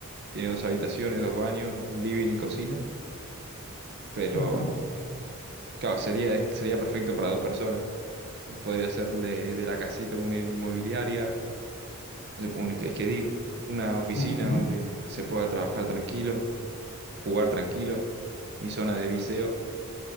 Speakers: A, on the right (about 45°); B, on the left (about 85°).
A: tiene dos habitaciones, dos baños, un living y cocina, pero
B: Vale.
A: claro, sería, sería perfecto para dos personas. Podría hacerle de la casita una inmobiliaria, eh, un, es que digo, una oficina
B: Bueno, bueno.
A: donde se pueda trabajar tranquilo, jugar tranquilo, mi zona de viseo,